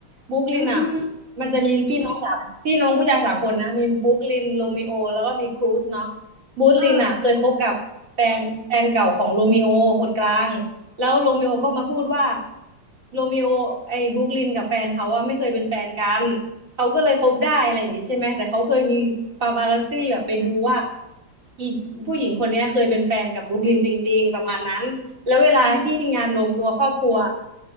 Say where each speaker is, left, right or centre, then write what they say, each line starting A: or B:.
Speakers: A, on the right; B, on the right.
A: บุ๊กลินอ่ะ
B: อืมอืม
A: มันจะมีพี่น้องสามพี่น้องผู้ชายสามคนนะมีบุ๊กลินโรมิโอแล้วก็มีครูซเนาะบุ๊กลินอ่ะเคยคบกับแฟนแฟนเก่าของโรมิโอคนกลาง
B: เออ
A: แล้วโรมิโอก็มาพูดว่าโรมิโอไอ้บรูคลินกับแฟนเขาว่าไม่เคยเป็นแฟนกันเขาก็เลยคบได้อะไรอย่างนี้ใช่ไหมแต่เขาเคยมีปาปารัสซี่แบบไปดูว่าอีผู้หญิงคนเนี้ยเคยเป็นแฟนกับบรูคลินจริงๆประมาณนั้นแล้วเวลาที่งานรวมตัวครอบครัว
B: อืม